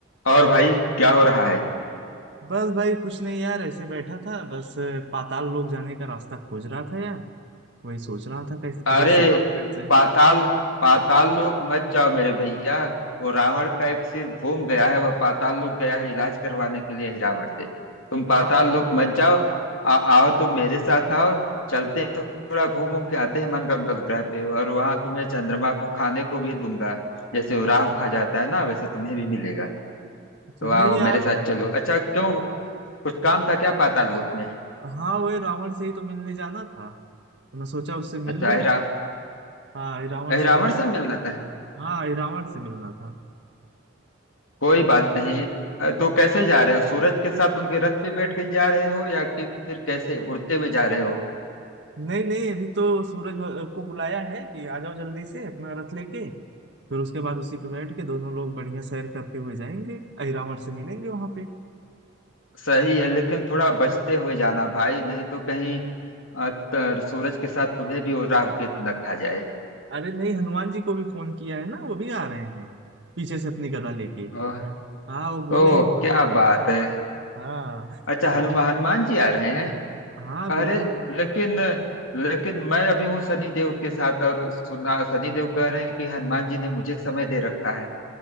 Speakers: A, on the left; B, on the right.
A: और भाई क्या हो रहा है
B: बस भाई कुछ नहीं यार ऐसे बैठा था बस अ, पाताल लोक जाने का रास्ता खोज रहा था यार वही सोच रहा था कैसे
A: अरे
B: किधर से जाऊं कैसे
A: पाताल पाताल लोक मत जाओ मेरे भैया वो रावण का एक सिर घूम गया है वह पाताल लोक गया है इलाज करवाने के लिए ही रावण से तुम पाताल
B: हाँ
A: लोक मत जाओ आ, आओ तुम मेरे साथ आओ चलते हैं थोड़ा घूम घूम के आते हैं मंगल ग्रह पे और वहां तुम्हें चंद्रमा को खाने को भी दूंगा जैसे वो राहु खा जाता है ना वैसे तुम्हें भी मिलेगा
B: अच्छा
A: तो
B: नहीं
A: आओ
B: यार
A: मेरे साथ चलो अच्छा क्यों कुछ काम था क्या पाताल लोक में
B: हाँ वही रावण से ही तो मिलने जाना था तो मैं सोचा उससे
A: अच्छा
B: मिल लूं
A: अहिरा
B: हाँ ये रावण
A: अहिरावण
B: से मिलने
A: से
B: जा
A: मिलना था
B: हाँ ये रावण से मिलना था
A: कोई बात नहीं अ, तो कैसे जा रहे हो सूरज के साथ उनके रथ पे बैठ के जा रहे हो या कि फिर कैसे उड़ते हुए जा रहे हो
B: नहीं नहीं अभी तो सूरज भ- को बुलाया है कि आ जाओ जल्दी से अपना रथ लेके फिर उसके बाद उसी पे बैठ के दोनों लोग बढ़िया सैर करते हुए जाएंगे अहिरावण से मिलेंगे वहां पे
A: सही है लेकिन थोड़ा बचते हुए जाना भाई नहीं तो कहीं अ, तर, सूरज के साथ तुम्हें भी वो राहु केतु न खा जाए
B: अरे नहीं हनुमान जी को भी फोन किया है ना वो भी आ रहे हैं पीछे से अपनी गदा लेके
A: ओह
B: हाँ वो बोले
A: ओह
B: हैं कि बस
A: क्या
B: मैं पहुंच
A: बात
B: रहा
A: है
B: हूं। हाँ
A: अच्छा
B: वो
A: हनुमान
B: अपनी-
A: हनुमान जी आ रहे हैं
B: हाँ बिल्कुल
A: अरे लेकिन लेकिन मैं अभी हूँ शनिदेव के साथ और सुना शनिदेव कह रहे हैं कि हनुमान जी ने मुझे समय दे रखा है